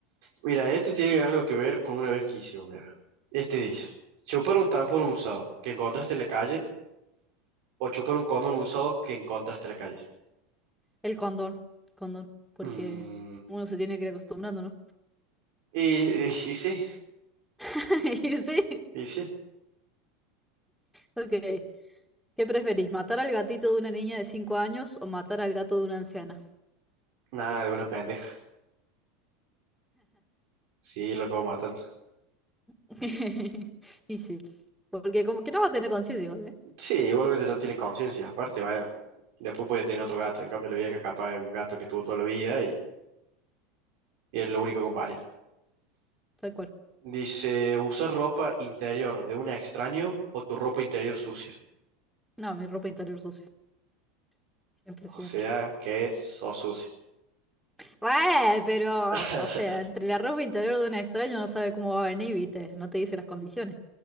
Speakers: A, on the right; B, in the centre.
A: Mira, este tiene algo que ver con una vez que hicimos, mira. Este dice, chupar un tampón usado que encontraste en la calle o chupar un condón usado que encontraste en la calle.
B: El condón, condón, porque
A: Mm.
B: uno se tiene que ir acostumbrando, ¿no?
A: Y, y- y sí,
B: <laughs> Y sí,
A: y sí.
B: ok. ¿Qué preferís, matar al gatito de una niña de 5 años o matar al gato de una anciana?
A: Nada, de una pendeja. Sí, lo acabo matando.
B: <laughs> Y sí, porque como que no va a tener conciencia igual, ¿eh?
A: Sí, igualmente no tiene conciencia. Aparte, bueno, después puede tener otro gato. En cambio, la vieja capaz es un gato que tuvo toda la vida y, y es lo único compañero.
B: Tal cual.
A: Dice, usar ropa interior de un extraño o tu ropa interior sucia.
B: No, mi ropa interior sucia. Siempre, siempre.
A: O sea, que sos sucia.
B: Bueno, pero,
A: <laughs>
B: o sea, entre la ropa interior de un extraño no sabe cómo va a venir, ¿viste? No te dice las condiciones.